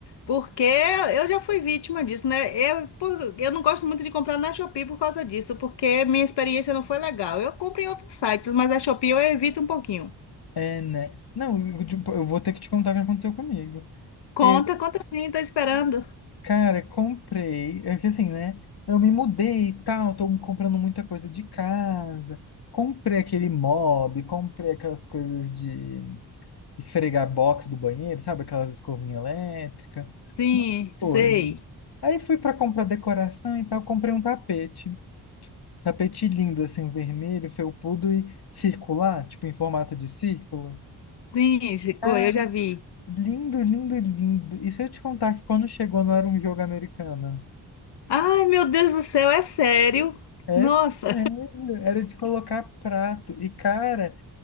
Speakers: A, on the left; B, on the left.
A: porque eu já fui vítima disso, né? Eu, por- eu não gosto muito de comprar na Shopee por causa disso, porque minha experiência não foi legal. Eu compro em outros sites, mas a Shopee eu evito um pouquinho.
B: É, né? Não, eu, tipo, eu vou ter que te contar o que aconteceu comigo.
A: Conta,
B: Eu,
A: conta sim, tô esperando.
B: cara, comprei, é que assim, né? Eu me mudei e tal, tô comprando muita coisa de casa, comprei aquele mob, comprei aquelas coisas de esfregar box do banheiro, sabe? Aquelas escovinhas elétricas,
A: Sim,
B: muita coisa.
A: sei.
B: Aí fui pra comprar decoração e tal, comprei um tapete. Tapete lindo, assim, vermelho, felpudo e circular, tipo em formato de círculo.
A: Sim, Chico,
B: Ah,
A: eu já vi.
B: lindo, lindo, lindo. E se eu te contar que quando chegou não era um jogo americano?
A: Ai, meu Deus do céu, é sério?
B: É
A: Nossa,
B: sério, era de colocar prato. E, cara,